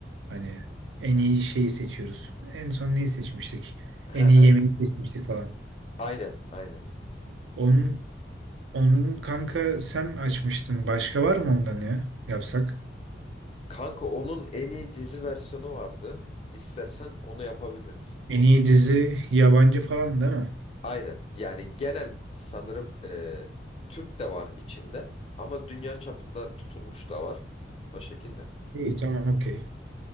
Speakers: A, on the right (about 85°); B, on the left (about 35°).
A: Hani en iyi şeyi seçiyoruz. En son neyi seçmiştik?
B: Hı
A: En
B: hı.
A: iyi yemeği seçmiştik falan.
B: Aynen, aynen.
A: Onun, onun kanka sen açmıştın. Başka var mı ondan ya? Yapsak?
B: Kanka onun en iyi dizi versiyonu vardı. İstersen onu yapabiliriz.
A: En iyi dizi yabancı falan değil mi?
B: Aynen. Yani genel sanırım e, Türk de var içinde ama dünya çapında tutulmuş da var. O şekilde.
A: İyi tamam okey.